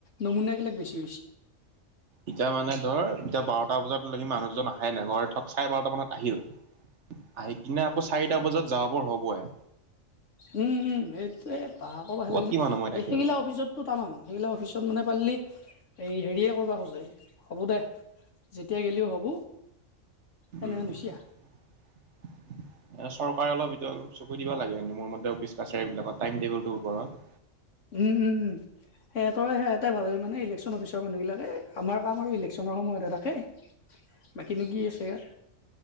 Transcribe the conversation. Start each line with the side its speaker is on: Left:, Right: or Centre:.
Left: নমুনীয়াবিলাক বেছি হৈছে
Right: এতিয়া মানে ধৰ এতিয়া বাৰটা বজাতকি মানুহজন আহাই নাই ঘৰৰত ধৰক চাৰে বাৰটা মানত আহিব আহি কিনে আকৌ চাৰিটা বজাত যাব বৰ হ'বই
Left: উমঁ উমঁ এইটোয়ে ব আকৌ বাহে
Right: ক'ত
Left: লাগ
Right: কিমান
Left: ন
Right: সময় থাকে
Left: এই সেইগিলা
Right: আৰু
Left: অফিচত টো টামাম সেইগিলা অফিচত মানে পাৰিলি এই হেৰিয়ে কৰিবা খোজে হ'ব দে যেতিয়া গ'লেও হ'ব। সেনেহেন
Right: উমঁ!
Left: হৈছি
Right: এ
Left: আ
Right: চৰকাৰে অলপ ভিতৰত চকু দিব লাগে মোৰ মতে অফিচ কাছাৰী বিলাকৰ টাইম টেবুলটোৰ ওপৰত
Left: উমঁ উমঁ উমঁ সেতই সে এটাই ভাবে মানে ইলেকচন অফিচত হেত মানুহবিলাকে আমাৰ কাম আৰু ইলেকশ্যনৰ সময়তে থাকে বাকীনো কি আছে ইয়াত